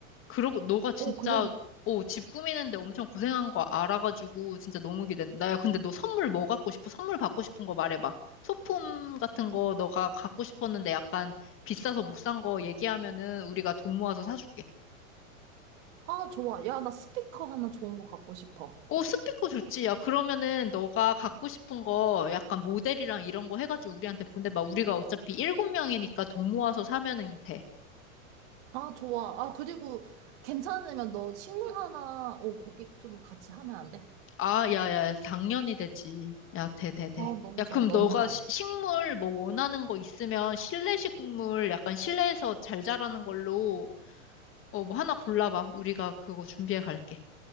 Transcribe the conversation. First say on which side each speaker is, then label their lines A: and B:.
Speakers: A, on the left; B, on the right.
A: 그러고, 너가 진짜,
B: 어, 그리고
A: 오, 집 꾸미는데 엄청 고생한 거 알아가지고, 진짜 너무 기대된다. 나야, 근데 너 선물 뭐 갖고 싶어? 선물 받고 싶은 거 말해봐. 소품 같은 거 너가 갖고 싶었는데 약간 비싸서 못 산 거 얘기하면은 우리가 돈 모아서 사줄게.
B: 아, 좋아. 야, 나 스피커 하나 좋은 거 갖고 싶어.
A: 오, 스피커 좋지. 야, 그러면은 너가 갖고 싶은 거 약간 모델이랑 이런 거 해가지고 우리한테 보내봐. 우리가 어차피 일곱 명이니까 돈 모아서 사면은 돼.
B: 아, 좋아. 아, 그리고 괜찮으면 너 식물 하나, 어, 거기 좀 같이 하면 안 돼?
A: 아, 야, 야, 당연히 되지. 야, 돼, 돼, 돼.
B: 어, 너무
A: 야, 그럼
B: 좋아, 너무
A: 너가
B: 좋아.
A: 시- 식물 뭐 원하는 거 있으면 실내 식물 약간 실내에서 잘 자라는 걸로 어, 뭐 하나 골라봐. 우리가 그거 준비해 갈게.